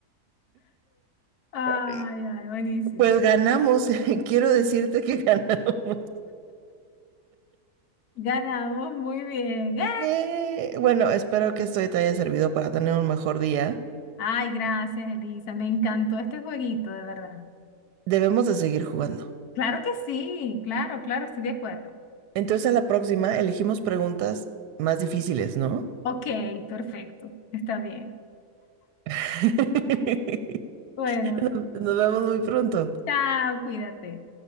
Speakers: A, on the left (about 70°); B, on the right (about 85°).
A: Ay,
B: ay,
A: ay, buenísimo.
B: pues ganamos. <laughs> Quiero decirte que ganamos.
A: Ganamos, muy bien. ¡Eh!
B: Eh, bueno, espero que esto te haya servido para tener un mejor día.
A: Ay, gracias, Elisa. Me encantó este jueguito, de verdad.
B: Debemos de seguir jugando.
A: Claro que sí, claro, claro, estoy de acuerdo.
B: Entonces a la próxima elegimos preguntas más difíciles, ¿no?
A: Ok, perfecto. Está bien.
B: <laughs>
A: Bueno,
B: Nos, nos vemos muy pronto.
A: chao, cuídate.